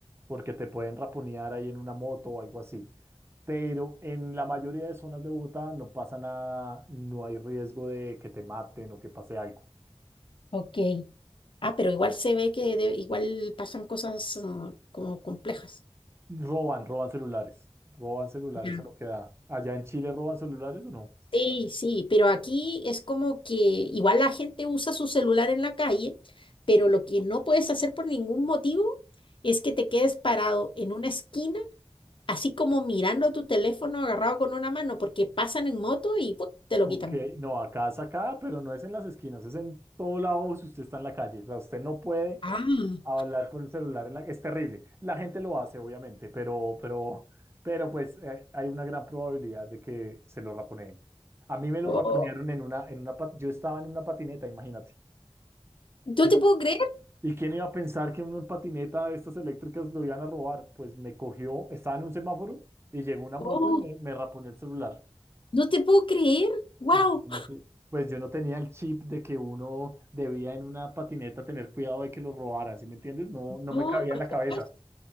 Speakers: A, on the right; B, on the left.
A: porque te pueden raponear ahí en una moto o algo así. Pero en la mayoría de zonas de Bogotá no pasa nada, no hay riesgo de que te maten o que pase algo.
B: ok. Ah, pero igual se ve que de- igual pasan cosas ah, como complejas.
A: Roban, roban celulares. Roban celulares
B: Ujú.
A: a lo que da. ¿Allá en Chile roban celulares o no?
B: Sí, sí, pero aquí es como que igual la gente usa su celular en la calle, pero lo que no puedes hacer por ningún motivo es que te quedes parado en una esquina así como mirando tu teléfono agarrado con una mano, porque pasan en moto y ¡pum! te lo
A: Ok,
B: quitan.
A: no, acá es acá, pero no es en las esquinas, es en todo lado si usted está en la calle. O sea, usted no puede
B: Ah,
A: hablar con el celular en la... Es terrible. La gente lo hace, obviamente, pero, pero, pero pues eh, hay una gran probabilidad de que se lo raponeen. A mí me lo
B: Oh.
A: raponearon en una, en una... pa- Yo estaba en una patineta, imagínate.
B: ¿No
A: ¿Y,
B: te puedo creer?
A: y quién iba a pensar que uno en patineta de estas eléctricas lo iban a robar? Pues me cogió, estaba en un semáforo y llegó una moto
B: Oh,
A: y me, me raponeó el celular.
B: no te puedo creer. ¡Wow!
A: Imagínate. Pues yo no tenía el chip de que uno debía en una patineta tener cuidado de que lo robaran, ¿sí me entiendes? No, no
B: No,
A: me cabía
B: por
A: en la
B: supuesto.
A: cabeza.